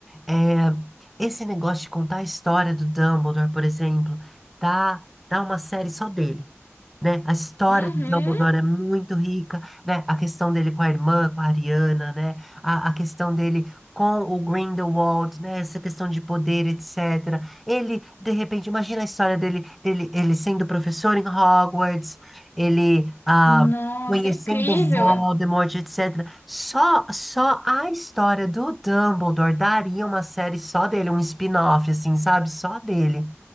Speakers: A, in the centre; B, on the left.
A: é, esse negócio de contar a história do Dumbledore, por exemplo, dá, dá uma série só dele, né? A história
B: Uhum.
A: do Dumbledore é muito rica, né? A questão dele com a irmã, com a Ariana, né? A, a questão dele com o Grindelwald, né? Essa questão de poder, etc. Ele, de repente, imagina a história dele, dele, ele sendo professor em Hogwarts, ele ah,
B: Nossa,
A: conhecendo
B: incrível.
A: Voldemort, etc. Só, só a história do Dumbledore daria uma série só dele, um spin-off, assim, sabe? Só dele.